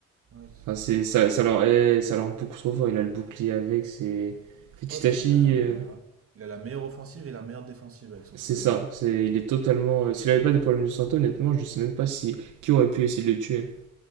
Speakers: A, on the right; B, on the right.
A: ouais, c'est-
B: Enfin, c'est, ça, ça, leur est, ça leur rend beaucoup trop fort. Il a le bouclier avec. C'est... En Fait,
A: ouais,
B: Chitachi,
A: bah il a,
B: euh,
A: il a la meilleure offensive et la meilleure défensive avec son
B: c'est
A: Susano.
B: ça. C'est, il est totalement. euh, S'il avait pas des problèmes de santé, honnêtement, je sais même pas si, qui aurait pu essayer de le tuer.